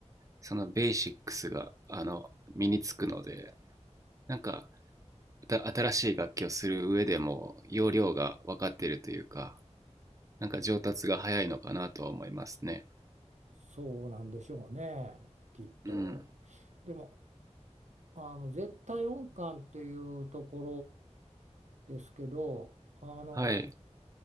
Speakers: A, on the right; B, on the right.
A: そのベーシックスが、あの、身につくので、なんかた新しい楽器をする上でも要領が分かっているというか、なんか上達が早いのかなとは思いますね。
B: そうなんでしょうね、きっと。
A: うん。
B: でも、あの、絶対音感っていうところですけど、あの、
A: はい。